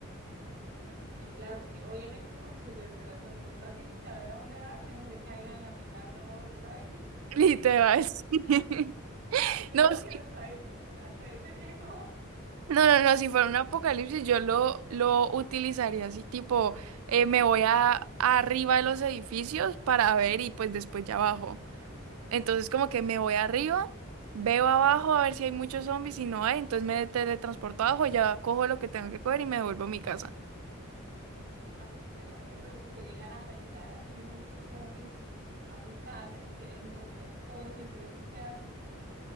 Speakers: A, on the right (about 50°); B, on the right (about 75°).
A: Mm, sí, claro, que obviamente uno si se teletransporta así sin saber a dónde va, no hay donde caiga en la mitad de una borda
B: <laughs> Y te vas. <laughs>
A: <laughs>
B: No, s-
A: y hasta ahí, hasta ahí te llegó.
B: no, no, no, si fuera un apocalipsis, yo lo, lo utilizaría así, tipo, eh, me voy a, arriba de los edificios para ver y pues después ya abajo. Entonces como que me voy arriba, veo abajo a ver si hay muchos zombies, y no hay, entonces me teletransporto abajo, ya cojo lo que tengo que coger y me devuelvo a mi casa.
A: Ah, pues sería bueno, pero si te llegan a ta- llegar así muchos zombies a tu casa que quieren romper todo y meterse, ¿qué haces?